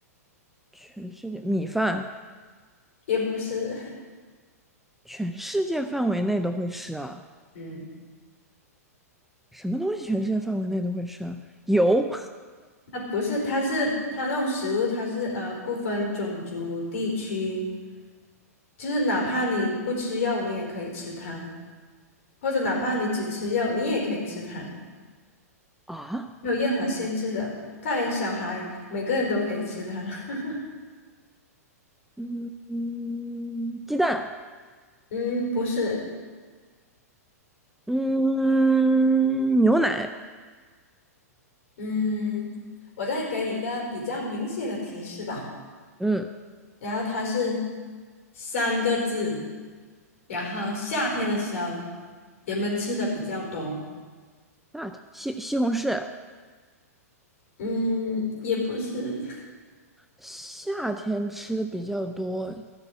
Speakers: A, in the centre; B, on the left.
A: 全世界米饭。
B: 也不是，
A: 全世界范围内都会吃啊？
B: 嗯，
A: 什么东西全世界范围内都会吃啊？油
B: 它不是，它是它那种食物，它是呃不分种族地区，就是哪怕你不吃肉，你也可以吃它，或者哪怕你只吃肉，你也可以吃它，
A: <laughs> 啊？
B: 没有任何限制的，大人小孩每个人都可以吃它。<laughs>
A: 嗯嗯，鸡蛋，
B: 嗯，不是。
A: 嗯，牛奶，
B: 嗯，我再给你一个比较明显的提示吧。
A: 嗯，
B: 然后它是三个字，然后夏天的时候人们吃的比较多。
A: 夏天西西红柿，
B: 嗯，也不是。<laughs>
A: 夏天吃的比较多，